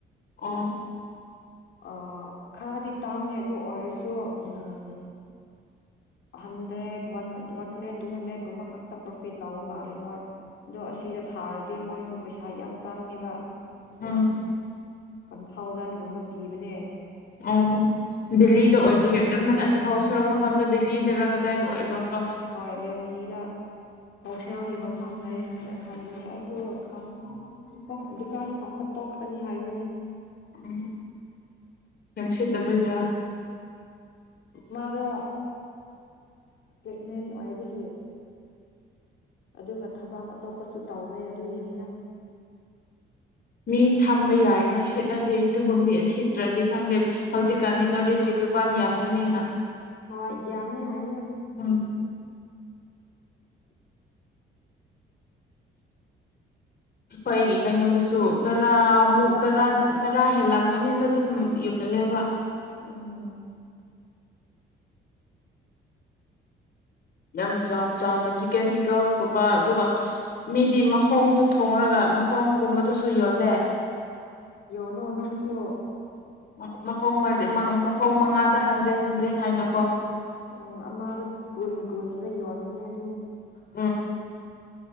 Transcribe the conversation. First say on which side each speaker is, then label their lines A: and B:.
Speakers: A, on the left (about 50°); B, on the left (about 70°).
A: ꯑ
B: ꯑ ꯈꯔꯗꯤ ꯇꯥꯡꯉꯦ ꯑꯗꯨ ꯑꯣꯏꯔꯁꯨ ꯎꯝ hundred one one hundred two ꯍꯟꯗ꯭ꯔꯦꯠꯒꯨꯝꯕ ꯄ꯭ꯔꯣꯐꯤꯠ ꯂꯧꯕ ꯃꯥꯜꯂꯦ ꯃꯣꯏ ꯑꯗꯣ ꯑꯁꯤꯗ ꯊꯥꯔ ꯗꯤ ꯃꯣꯏꯁꯨ ꯄꯩꯁꯥ ꯌꯥꯝ ꯆꯪꯉꯦꯕ
A: ꯎꯝ
B: ꯋꯥꯟ ꯊꯥꯎꯖꯟꯒꯨꯝꯕ ꯄꯤꯕꯅꯦ
A: ꯑꯣ ꯗꯦꯜꯂꯤꯗ ꯑꯣꯏꯕꯒꯤꯔ ꯅꯠꯇꯔ ꯍꯣꯜꯁꯦꯜ ꯃꯐꯝꯗ ꯗꯦꯜꯂꯤꯗꯔ ꯀꯗꯥꯏꯗ ꯑꯣꯏꯕ꯭ꯔꯣꯀꯣ
B: ꯍꯣꯏ ꯗꯦꯜꯍꯤꯗ ꯍꯣꯜꯁꯦꯜꯒꯤ ꯃ ꯐꯝ ꯂꯩꯌꯦ ꯍꯥꯏꯕꯅꯤ ꯑꯩ ꯑꯗꯣ ꯈꯪꯗꯦ ꯗꯨꯀꯥꯟ ꯐꯝꯕ ꯇꯣꯛꯈ꯭ꯔꯅꯤ ꯍꯥꯏꯕꯅꯦ
A: ꯎꯝ ꯀꯟꯁꯤꯦ ꯇꯕꯗꯔ
B: ꯃꯥꯗꯣ ꯄ꯭ꯔꯦꯒꯅꯦꯟ ꯑꯣꯏꯕꯤꯈꯤ ꯑꯗꯨꯒ ꯊꯕꯛ ꯑꯇꯣꯞꯄꯁꯨ ꯇꯧꯋꯦ ꯑꯗꯨꯒꯤꯅꯤꯗ
A: ꯃꯤ ꯊꯝꯕ ꯌꯥꯏꯅ ꯁꯤꯦꯠꯅꯗꯦ ꯑꯗꯨꯕꯨ ꯃꯤ ꯁꯤꯠꯇ꯭ꯔꯗꯤ ꯈꯪꯗꯦ ꯍꯧꯖꯤꯛꯀꯥꯟꯅꯤ ꯅꯣꯗꯤꯒꯤ
B: ꯎꯝ
A: ꯗꯨꯀꯥꯟ ꯌꯥꯝ ꯃꯅꯦꯅ
B: ꯍꯣꯏ ꯌꯥꯃꯦ ꯍꯥꯏꯌꯦꯌꯦꯦ
A: ꯎꯝ ꯑꯩꯣꯏꯒꯤ ꯀꯩꯅꯣꯗꯁꯨ ꯇꯔꯥꯃꯨꯛ ꯇꯔꯥ ꯇꯔꯥ ꯍꯦꯜꯂꯝꯒꯅꯤꯗ ꯑꯗꯨꯝ ꯌꯣꯜꯂꯦꯕ
B: ꯎꯝ
A: ꯌꯥꯝ ꯆꯥꯎ ꯆꯥꯎꯅ ꯆꯤꯛꯀꯟ ꯇꯤꯀꯜꯁꯀꯨꯝꯕ ꯑꯗꯨꯒ ꯃꯤꯗꯤ ꯃꯈꯣꯡꯗꯨ ꯊꯣꯡꯡꯂꯒ ꯃꯈꯣꯡꯒꯨꯝꯕꯗꯨꯁꯨ ꯌꯣꯜꯂꯦ
B: ꯌꯧꯂꯣꯅꯣꯅꯁꯨꯣ
A: ꯃꯈ ꯃꯈꯣꯡ ꯃꯉꯥꯗ ꯍꯟꯖꯦ ꯍꯟꯖꯦ ꯍꯥꯏꯅꯀꯣ
B: ꯎꯝ ꯑꯃꯥꯔꯣ ꯀꯨꯟ ꯀꯨꯟꯒ ꯌꯣꯟꯕꯅꯦ ꯑꯗꯨꯝ
A: ꯑ